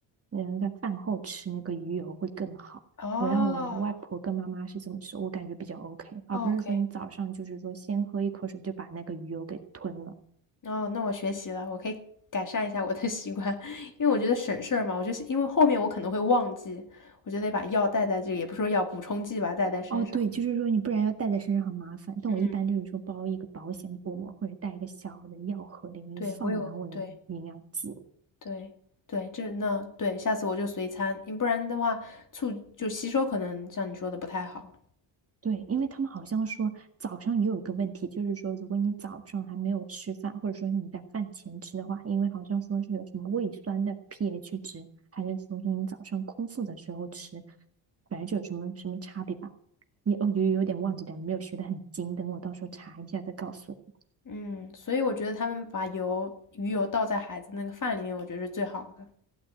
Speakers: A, on the right; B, on the left.
A: 嗯在饭后吃那个鱼油会更好。
B: 哦
A: 我让我外婆跟妈妈是这么吃，我感觉比较 OK，而不是说你早上就是说先喝一口水就把那个鱼油给吞了。
B: ，OK。哦，那我学习了，我可以改善一下我的 <laughs> 习惯，<laughs> 因为我觉得省事儿嘛。我就是因为后面我可能会忘记，我就得把药带在这里也不是说药补充剂吧，带在身上。
A: 哦，对，就是说你不然要带在身上很麻烦。但我一般就是说包一个保险薄膜，
B: 嗯，
A: 或者带一个小的药盒，里面放满我的营养剂。
B: 对，我有，对对对，这那对，下次我就随餐，你不然的话促就吸收可能像你说的不太好。
A: 对，因为他们好像说早上也有一个问题，就是说如果你早上还没有吃饭，或者说你在饭前吃的话，因为好像说是有什么胃酸的 pH 值，还是说是你早上空腹的时候吃，反正就有什么什么差别吧。也哦，有有点忘记了，没有学得很精，等我到时候查一下再告诉你。
B: 嗯，所以我觉得他们把油鱼油倒在孩子那个饭里面，我觉得是最好的，